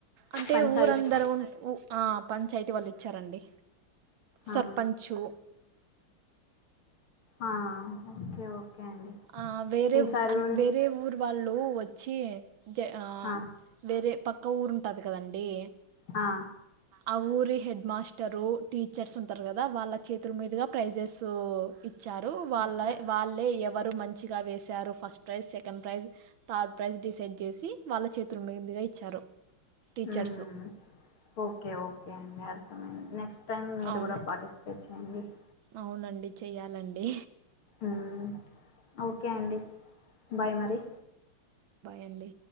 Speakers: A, on the right; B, on the left.
A: అంటే
B: పంచాయత్
A: ఊరందరూ ఉ అ పంచాయతీ వాళ్ళు ఇచ్చారండి
B: ఆ
A: సర్పంచు
B: అ ఓకే అండి
A: ఆ వేరే
B: ఈసారి కూడా
A: వేరే ఊరు వాళ్ళు వచ్చి జ
B: ఆ
A: వేరే పక్క ఇంకా ఊరుంటుంది కదండడి
B: ఆ
A: ఆ ఊరి హెడ్ మాస్టరు టీచర్స్ ఉంటారు కదా వాళ్ళ చేతుల మీదుగా ప్రైజెస్ వచ్చారు వాళ్ళ
B: ఇచ్చా
A: వాళ్ళే వరు మంచిగా వేసారు first prize second prize third prize decide చేసి వాళ్ళ చేతుల మీందుగా ఇచ్చారు టీచర్సు
B: మ్మ్ ఓకే ఓకే అండి అర్థమైంది నెక్స్ట్ టైమ్ మీరు
A: అవును
B: గూడా పార్టిసిపేట్ చేయండి అ
A: అవునండి చేయాలండి
B: ఆ ఓకే అండి బాయ్ మరి
A: ఏండి